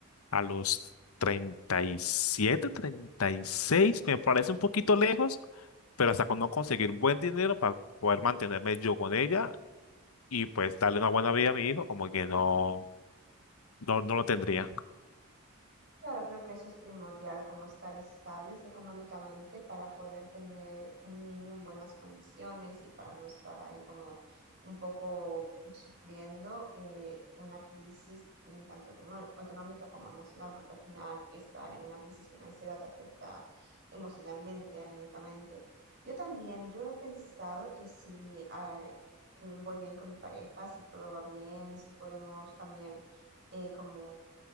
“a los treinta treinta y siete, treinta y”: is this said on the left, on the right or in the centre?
Left